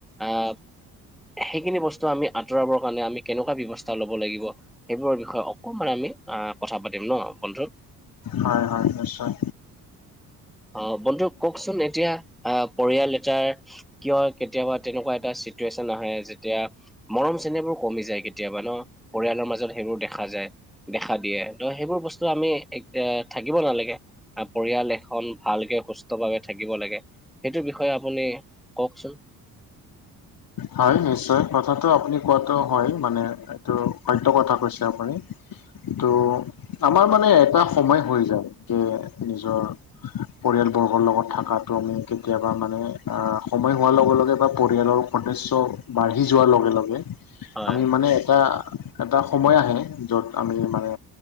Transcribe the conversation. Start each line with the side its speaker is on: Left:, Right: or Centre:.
Centre: আহ- সেইখিনি বস্তু আমি আতৰাবৰ কাৰণে আমি কেনেকুৱা ব্যৱস্থা ল'ব লাগিব। সেইবোৰৰ বিষয়ে অকণমান আমি আহ কথা পাতিম ন বন্ধু।
Left: হয় হয়, নিশ্চয়।
Centre: অঁ বন্ধু কওকচোন এতিয়া আহ পৰিয়াল এটাৰ- কিয় কেতিয়াবা তেনেকুৱা এটা চিটুৱেশ্যন আহে যেতিয়া- মৰম চেনেবোৰ কমি যায় কেতিয়াবা ন পৰিয়ালৰ মাজত সেঙুৰ দেখা যায়। দেখা দিয়ে ত সেইবোৰ বস্তু আমি থাকিব এ নালাগে পৰিয়াল এখন- ভালকে সুস্থভাৱে থাকিব লাগে সেইটো বিষয়ে আপুনি কওকচোন।
Left: হয় নিশ্চয়, কথাটো আপুনি কোৱাটো হয় মানে- সত্য কথা কৈছে আপুনি টো আমাৰ মানে- এটা সময় হৈ যায় যে নিজৰ- পৰিয়ালবৰ্গৰ লগত থকাটো আমি কেতিয়াবা মানে অঁ সময় হোৱাৰ লগে লগে বা পৰিয়ালৰ- সদস্য বাঢ়ি যোৱাৰ লগে লগে
Centre: হয়
Left: আমি মানে এটা- এটা সময় আহে য'ত আমি মানে